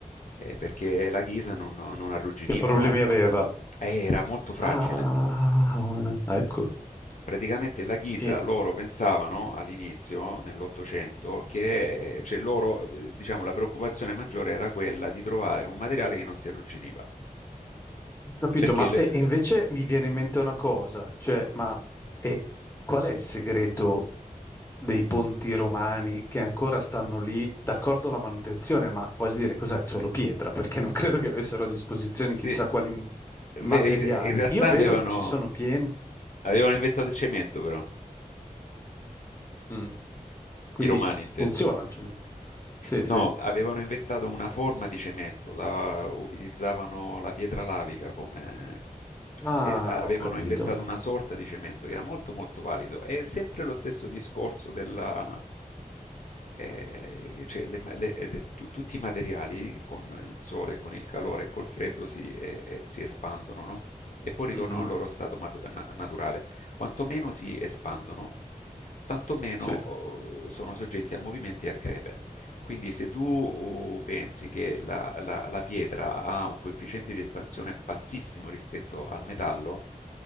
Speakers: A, on the left (about 60°); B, on the left (about 15°).
A: eh, perché la ghisa non, non arrugginiva,
B: che problemi
A: no?
B: aveva?
A: Eh, era molto fragile.
B: Ah, ecco.
A: Praticamente la ghisa
B: E
A: loro pensavano all'inizio, nell'Ottocento, che eh, cioè loro, eh, diciamo, la preoccupazione maggiore era quella di trovare un materiale che non si arrugginiva.
B: Capito,
A: Perché
B: ma
A: le-
B: e- e
A: le-
B: invece mi viene in mente una cosa, cioè, ma e qual è il segreto dei ponti romani che ancora stanno lì? D'accordo la manutenzione, ma voglio dire, cos'è? Solo pietra, perché non credo che avessero a disposizione
A: sì,
B: chissà quali m-
A: ve-
B: materiali.
A: in in realtà
B: Io vedo
A: avevano,
B: che ci sono pieni,
A: avevano inventato il cemento, però,
B: Mm. Quindi
A: i romani intendo.
B: funziona il cemento. Sì,
A: No,
B: sì.
A: avevano inventato una forma di cemento, la, utilizzavano la pietra lavica come...
B: Ah,
A: e avevano
B: ho capito.
A: inventato una sorta di cemento che era molto molto valido. È sempre lo stesso discorso della... eh, cioè, le ma- le- eh, le- tu- tutti i materiali con il sole, con il calore e col freddo si, eh, eh, si espandono, no? E poi ritornano
B: Mhm,
A: al loro stato matu- na- naturale. Quanto meno si espandono, tanto meno
B: Sì,
A: oh, sono soggetti a movimenti e a crepe. Quindi se tu uh, pensi che la, la- la pietra ha un coefficiente di espansione bassissimo rispetto al metallo,